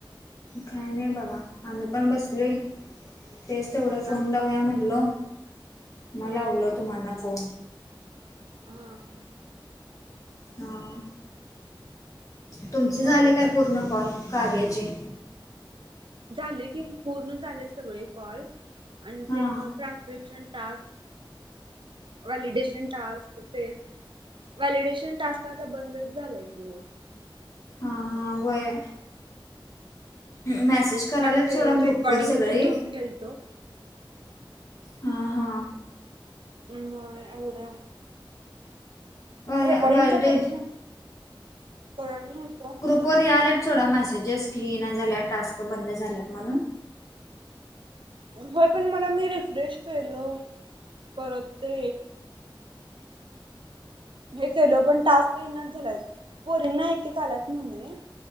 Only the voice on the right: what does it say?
हा
हा
हं हं.
मग
आणि
झाले की, पूर्ण झाले सगळे कॉल. आणि
ते मग ट <unintelligible> टास्क, व्हॅलिडेशन टास्क ते व्हॅलिडेशन टास्क आता बंदच झालाय की मग.
अन ते
रेकॉर्डिंगचे
दोन केलतो.
म एवढ
रेकॉर्डिंगच करत न करत नव्हतो.
व्हय, पण मला मी रिफ्रेश केलो. परत ते हे केलं. पण टास्क येईनाच झाला. पोरींना एकेक आलात म्हणे.